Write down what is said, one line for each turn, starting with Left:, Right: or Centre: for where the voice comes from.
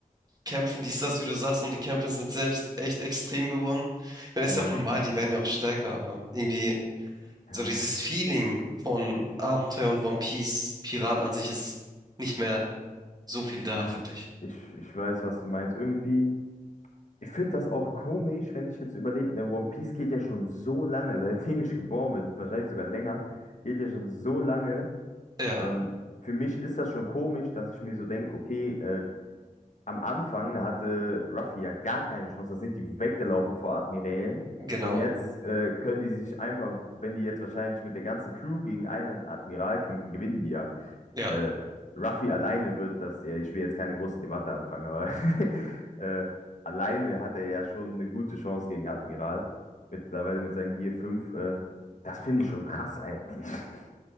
Right: Kämpfen, dies, das, wie du sagst, und die Kämpfe sind selbst echt extrem geworden. Ich meine,
Left: Mhm.
Right: ist ja auch normal, die werden ja auch stärker, aber irgendwie
Left: Ja,
Right: so dieses
Left: das,
Right: Feeling von Abenteuer und One Piece, Piraten an sich ist nicht mehr so viel da,
Left: ja,
Right: finde ich.
Left: ich, ich weiß, was du meinst. Irgendwie, ich finde das auch komisch, wenn ich jetzt überlege, ne, One Piece geht ja schon so lange, <laughs> seitdem ich geboren bin, wahrscheinlich sogar länger, geht ja schon so lange.
Right: Ja,
Left: Ähm, für mich ist das schon komisch, dass ich mir so denke, okay, äh, am Anfang hatte Ruffy ja gar keine Chance. Da sind die weggelaufen vor Admirälen.
Right: genau.
Left: Und jetzt äh, können die sich einfach, wenn die jetzt wahrscheinlich mit der ganzen Crew gegen einen Admiral kämpfen, gewinnen die ja.
Right: Ja.
Left: Äh, Ruffy alleine wird das ja, ich will jetzt keine große Debatte anfangen, aber <laughs> äh, alleine hat er ja schon eine gute Chance gegen Admiral. Mittlerweile mit seinen Gear 5. Äh, das finde ich schon krass eigentlich. <laughs>